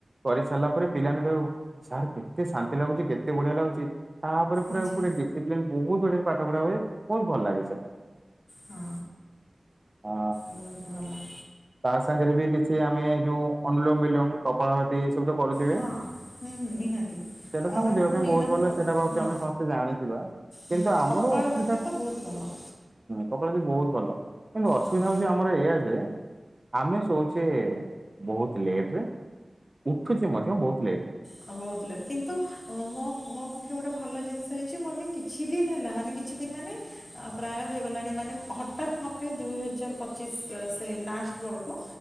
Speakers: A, on the right; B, on the left.
A: କରି ସାରିଲା ପରେ ପିଲାମାନେ କହିବେ ସାର୍ କେତେ ଶାନ୍ତି ଲାଗୁଛି, କେତେ ବଢିଆ ଲାଗୁଛି। ତାପରେ ପୁରା
B: ଆଚ୍ଛା
A: <unintelligible> ଡିସିପ୍ଲିନ ବହୁତ ବଢିଆରେ ପାଠ ପଢ଼ା ହୁଏ। ବହୁତ ଭଲ ଲାଗେ ସେଇଟା।
B: ହଁ,
A: ଆ
B: ବହୁତ ଭଲ।
A: ତା ସାଙ୍ଗରେ ବି କିଛି ଆମେ ଯୋଉ ଅନୁଲୋମ, ବିଲୋମ, କପଳାଭାତି, ଏ ସବୁ ତ କରୁ। ଥିବେ,
B: ହଁ ହୁଁ ହୁଁ ନିହାତି
A: ସେଟା ତ
B: ଅନୁଲୋମ
A: ଆମ ଦେହ ପାଇଁ
B: ବିଲୋମ
A: ବହୁତ ଭଲ।
B: କ
A: ସେଇଟା ଭାବୁଛି
B: ହଁ
A: ଆମେ ସମସ୍ତେ ଜାଣିଥିବା। କିନ୍ତୁ
B: ହୁଁ
A: ଆମର
B: କପାଳ
A: ଅସୁବିଧା
B: ଭାତି
A: ହୁଁ,
B: ତ ବହୁତ ଭଲ
A: କପଡ଼ା ବି ବହୁତ ଭଲ। କିନ୍ତୁ ଅସୁବିଧା
B: ହଁ
A: ହଉଛି ଆମର ଆମର ଏଇଆ ଯେ, ଆମେ ଶୋଉଚେ ବହୁତ ଲେଟରେ ଉଠୁଚେ ମଧ୍ୟ ବହୁତ ଲେଟ୍ ରେ
B: ହଁ, ବହୁତ ଲେଟ, କିନ୍ତୁ ମୋ, ମୋ ପକ୍ଷେ ଗୋଟେ ଭଲ ଜିନିଷ ହେଇଛି, ମୁଁ ଏବେ କିଛି ଦିନ ହେଲା, ମାନେ କିଛି ଦିନ ମାନେ ପ୍ରାୟ ହେଇଗଲାଣି, ମାନେ ହଠାତ୍ ମତେ ଦୁଇ ହଜାର ପଚିଶ, ସେ ଲାଷ୍ଟ ବେଳକୁ